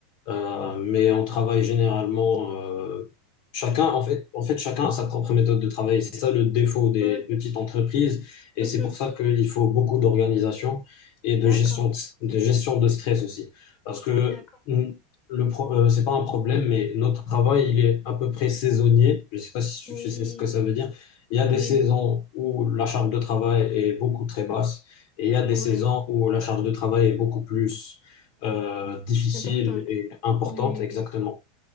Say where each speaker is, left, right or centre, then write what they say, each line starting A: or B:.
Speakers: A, on the left (about 50°); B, on the left (about 25°).
A: Euh, mais on travaille généralement euh, chacun, en fait, en fait, chacun a sa propre méthode de travail. C'est ça le défaut des
B: Ok.
A: petites entreprises, et
B: Mhm.
A: c'est pour ça qu'il faut beaucoup d'organisation et de
B: D'accord.
A: gestion de, de gestion de stress aussi, parce que
B: D'accord.
A: mm, le pro- euh, c'est pas un problème, mais notre travail il est à peu près saisonnier. Je sais pas si tu
B: Oui.
A: tu sais ce que ça veut dire. Il y a
B: Oui,
A: des saisons
B: oui.
A: où la charge de travail est beaucoup très basse, et il y a des
B: Oui.
A: saisons où la charge de travail est beaucoup plus euh, difficile
B: Importante.
A: et importante,
B: Oui,
A: exactement.
B: oui, oui.